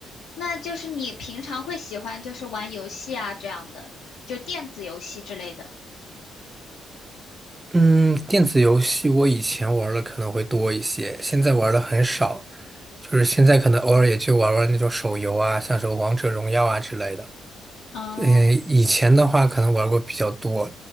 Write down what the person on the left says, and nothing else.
那就是你平常会喜欢就是玩游戏啊这样的，就电子游戏之类的。
嗯。